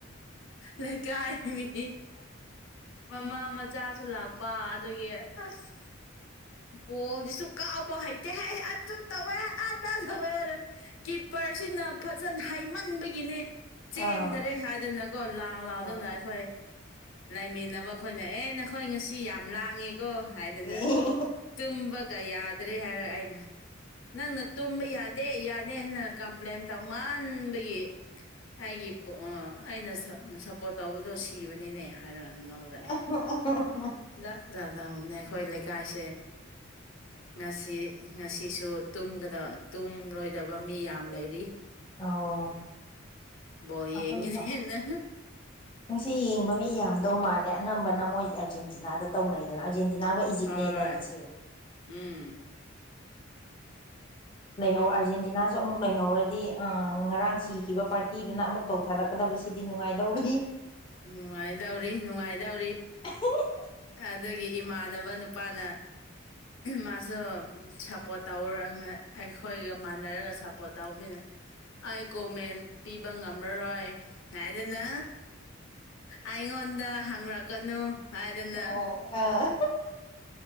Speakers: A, on the left (about 75°); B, on the left (about 25°).
A: ꯂꯩꯀꯥꯏ ꯃꯤ ꯃꯃꯥ ꯃꯆꯥꯁꯨ ꯂꯥꯛꯄ ꯑꯗꯨꯒꯤ ꯑꯁ ꯕꯣꯜꯁꯤꯁꯨ ꯀꯥꯎꯕ ꯍꯩꯇꯦ ꯍꯥꯏ ꯑꯗꯨ ꯇꯧꯋꯦ ꯑꯗꯥꯥ ꯇꯧꯋꯦ ꯍꯥꯏꯅ ꯀꯤꯞꯄꯔꯁꯤꯅ ꯐꯖꯟ ꯍꯩꯃꯟꯕꯒꯤꯅꯦ ꯆꯦꯟꯗ꯭ꯔꯦ
B: ꯑꯥ
A: ꯍꯥꯏꯗꯅ ꯀꯣ ꯂꯥꯎ ꯂꯥꯎꯗꯅ
B: ꯑꯥ
A: ꯑꯩꯈꯣꯏ ꯂꯩꯥꯏꯃꯤꯟꯅꯕ ꯑꯈꯣꯏꯅ ꯑꯦ ꯅꯈꯣꯏ ꯉꯁꯤ ꯌꯥꯝ ꯂꯥꯡꯉꯦꯀꯣ ꯍꯥꯏꯗꯅ
B: ꯑꯦ
A: ꯇꯨꯝꯕꯒ ꯌꯥꯗ꯭ꯔꯦ ꯍꯥꯏꯔ ꯑꯩꯅ ꯅꯪꯅ ꯇꯨꯝꯕ ꯌꯥꯗꯦ ꯌꯥ ꯍꯦꯟꯅ ꯀꯝꯄ꯭ꯂꯦꯟ ꯇꯧ ꯃꯥꯟꯕꯒꯤ ꯑꯩꯒꯤ ꯑꯩꯅ ꯁ ꯁꯞꯄꯣꯔꯠ ꯇꯧꯕꯗꯣ ꯁꯤꯕꯅꯤꯅꯦ ꯍꯥꯏꯔ ꯂꯧꯔꯦ
B: <unintelligible>
A: <unintelligible> ꯈꯣꯏ ꯂꯩꯀꯥꯏꯁꯦ ꯉꯁꯤ ꯉꯁꯤꯁꯨ ꯇꯨꯝꯒꯗ ꯇꯨꯝꯔꯣꯏꯗꯕ ꯃꯤ ꯌꯥꯝ ꯂꯩꯔꯤ
B: ꯑꯧ
A: <inaudible> ꯌꯦꯡꯒꯅꯦꯅ
B: ꯑꯈꯣꯏꯁꯨ ꯉꯁꯤ ꯌꯦꯡꯕ ꯃꯤ ꯌꯥꯝꯗꯧ ꯃꯥꯜ ꯑꯗꯩ ꯑꯅꯝꯕꯅ ꯃꯣꯏ ꯑꯔꯖꯦꯟꯇꯤꯅꯥꯗ ꯇꯧꯅꯩ ꯑꯥꯔꯖꯦꯟꯇꯤꯅꯥꯒ ꯏꯖꯤꯞꯅꯦꯗꯥꯏ
A: ꯍꯣꯏ
B: ꯉꯁꯤ
A: ꯎꯝ
B: ꯂꯩꯍꯧ ꯑꯥꯔꯖꯦꯟꯇꯤꯅꯥꯁꯨ ꯑꯃꯨꯛ ꯂꯩꯍꯧꯔꯗꯤ ꯉꯔꯥꯡ ꯁꯤꯈꯤꯕ ꯄꯥꯔꯇꯤꯗꯨꯅ ꯑꯃꯨꯛ ꯇꯧꯊꯔꯛꯀꯗ ꯁꯤꯗꯤ ꯅꯨꯡꯉꯥꯏꯗꯧꯔꯤ
A: ꯅꯨꯉꯥꯏꯗꯧꯔꯤ ꯅꯨꯡꯉꯥꯏꯗꯧꯔꯤ
B: <unintelligible>
A: ꯑꯥꯗꯒꯤ ꯏꯃꯥꯟꯅꯕ ꯅꯨꯄꯥꯅ ꯃꯥꯁꯨ ꯁꯞꯄꯣꯔꯠ ꯇꯧꯔ ꯑꯩꯈꯣꯏꯒ ꯃꯥꯟꯅꯔꯒ ꯁꯞꯄꯣꯔꯠ ꯇꯧꯕꯅꯤꯅ ꯑꯩ ꯀꯣꯃꯦꯟ ꯄꯤꯕ ꯉꯝꯃꯔꯣꯏ ꯍꯥꯏꯗꯅ ꯑꯩꯉꯣꯟꯗ ꯍꯪꯔꯛꯀꯅꯨ ꯍꯥꯏꯗꯅ
B: ꯑ